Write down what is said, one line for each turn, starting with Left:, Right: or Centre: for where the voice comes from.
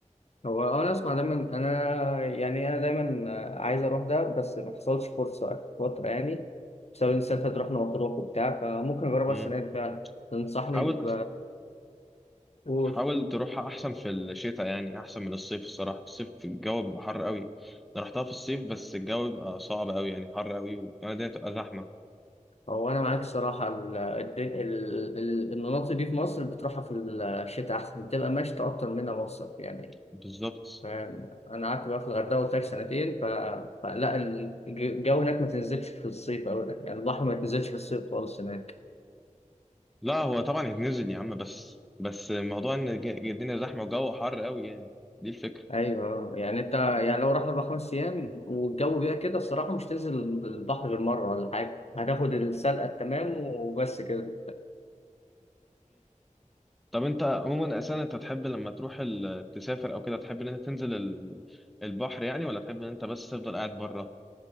Left: هو أنا أسمع دايما أنا يعني أنا دايما عايز أروح ده بس ما حصلش فرصة آخر فترة يعني بسبب إن السنة اللي فاتت رحنا مطروح وبتاع فممكن أجربها
Centre: امم
Left: السنة دي فعلا تنصحني
Centre: حاول
Left: ب قول
Centre: حاول تروحها أحسن في الشتاء يعني أحسن من الصيف الصراحة الصيف في الجو بيبقى حر قوي أنا رحتها في الصيف بس الجو بيبقى صعب قوي يعني حر قوي وكمان الدنيا بتبقى زحمة
Left: هو انا معاك صراحه ال- الد- ال- ال- المناطق دي في مصر بتروحها في الشتاء احسن بتبقى مشتى اكتر منها مصيف يعني
Centre: بالظبط
Left: فاهم انا قعدت بقى في الغردقه قلت لك سنتين ف... فلا الج- الجو هناك ما تنزلش في الصيف او ده يعني البحر ما تنزلش في الصيف خالص هناك
Centre: لا هو طبعا يتنزل يا عم بس بس موضوع إن الج- الدنيا زحمة وجو حر قوي يعني دي الفكرة
Left: ايوه يعني انت يعني لو راح اربع خمس ايام والجو بقى كده الصراحه مش تنزل البحر غير مره ولا حاجه هتاخد السلقه التمام وبس كده
Centre: طب انت عموما اساسا انت تحب لما تروح ال- تسافر او كده تحب ان انت تنزل ال- البحر يعني ولا تحب ان انت بس تفضل قاعد بره